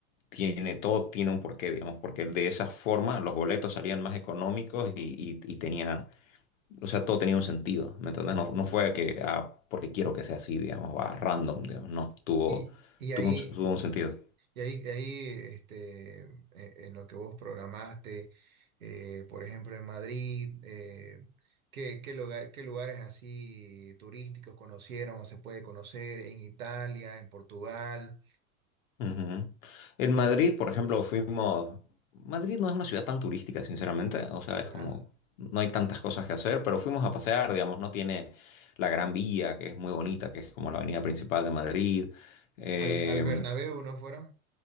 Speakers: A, on the left (about 65°); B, on the right (about 80°).
A: tiene todo, tiene un porqué, digamos, porque de esa forma los boletos salían más económicos y, y- y tenía, o sea, todo tenía un sentido, ¿me entendés? No, no fue que, ah, porque quiero que sea así, digamos, va random, digamos, no, tuvo,
B: Y, y ahí,
A: tuvo un tuvo un sentido.
B: y ahí, y ahí este, en, en lo que vos programaste, eh, por ejemplo, en Madrid, eh, ¿qué, qué lugar- qué lugares así turísticos conocieron o se puede conocer en Italia, en Portugal?
A: Ujú. En Madrid, por ejemplo, fuimos... Madrid no es una ciudad tan turística, sinceramente. O sea,
B: ¿Ya?
A: es como... No hay tantas cosas que hacer, pero fuimos a pasear, digamos, no tiene la Gran Vía, que es muy bonita, que es como la avenida principal de Madrid. Eh,
B: ¿Al, al Bernabéu no fueron?